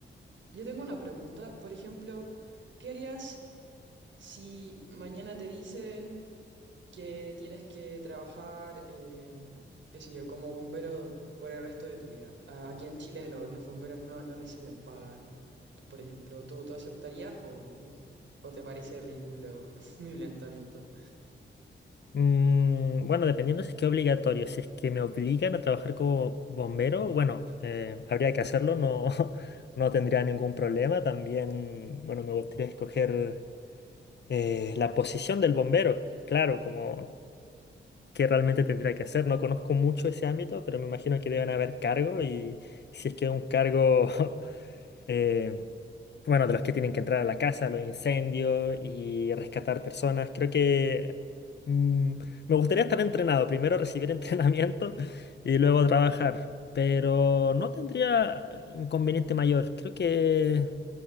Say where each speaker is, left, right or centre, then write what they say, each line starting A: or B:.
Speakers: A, on the right; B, on the left.
A: Yo tengo una pregunta, por ejemplo, ¿qué harías si mañana te dicen que tienes que trabajar, eh, qué sé yo, como bombero por el resto de tu vida? A- Aquí en Chile lo- los bomberos no, no reciben paga, por ejemplo, ¿tú, tú aceptarías o, o te parece ridículo <laughs> mi planteamiento?
B: Mm, bueno, dependiendo si es que es obligatorio, si es que me obligan a trabajar como bombero, bueno, eh, habría que hacerlo, no, <laughs> no tendría ningún problema. También, bueno, me gustaría escoger eh, la posición del bombero, claro, como qué realmente tendría que hacer. No conozco mucho ese ámbito, pero me imagino que deben haber cargos y si es que es un cargo... <laughs> em, bueno, de los que tienen que entrar a la casa, los incendios y rescatar personas. Creo que mm, me gustaría estar entrenado. Primero recibir <laughs> entrenamiento y luego trabajar. Pero no tendría inconveniente mayor. Creo que,